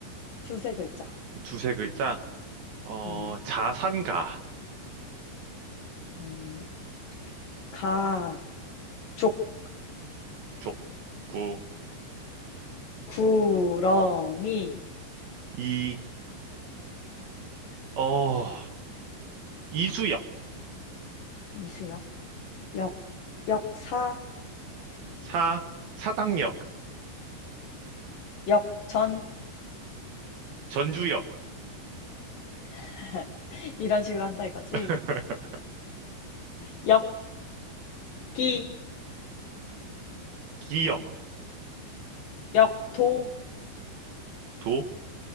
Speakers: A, on the left; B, on the right.
A: 두세 글자.
B: 두세 글자. 어
A: 음,
B: 자산가.
A: 음, 가, 족,
B: 족구,
A: 구렁이,
B: 이, 어, 이수역,
A: 이수역, 역, 역사,
B: 사, 사당역,
A: 역전.
B: 전주역,
A: <laughs> 이런 식으로 한다 이거지.
B: <laughs>
A: <laughs> 역기,
B: 기역,
A: 역도,
B: 도,